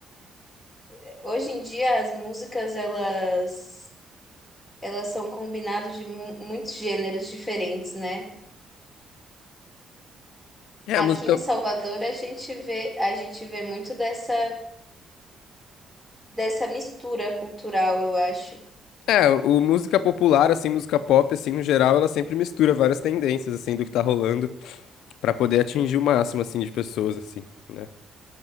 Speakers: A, in the centre; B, on the left.
A: É, Hoje em dia as músicas elas elas são combinadas de mu- muitos gêneros diferentes, né?
B: É,
A: Aqui
B: a música.
A: em Salvador a gente vê a gente vê muito dessa dessa mistura cultural, eu acho.
B: É, o música popular, assim, música pop, assim, no geral, ela sempre mistura várias tendências, assim, do que tá rolando, pra poder atingir o máximo, assim, de pessoas, assim, né?